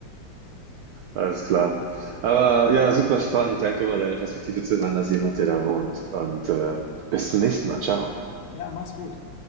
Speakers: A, on the right; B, on the left.
A: Alles klar. Aber ja, super spannend. Danke mal, deine Perspektive zu hören als jemand, der da wohnt. Und äh, bis zum nächsten Mal. Ciao.
B: Ja, mach's gut.